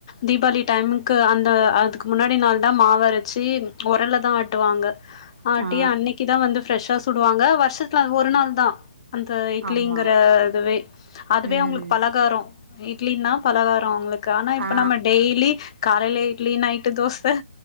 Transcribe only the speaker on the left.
தீபாளி டைமுக்கு அந்த அதுக்கு முன்னாடி நாள் தா மாவரச்சி உரல்ல தா ஆட்டுவாங்க ஆட்டி
அன்னிக்கு தா வந்து ஃபிரஷா சா புடுவாங்க வர்ஷத்துல அ ஒரு நாள் தா அந்த இட்லிங்கிற
இதுவே அதுவே
அவங்களுக்கு பலகாரோ இட்லின்னா பலகாரோ அவங்களுக்கு ஆனா இப்ப
நம்ம டெய்லி காலேல இட்லி நைட்டு தோச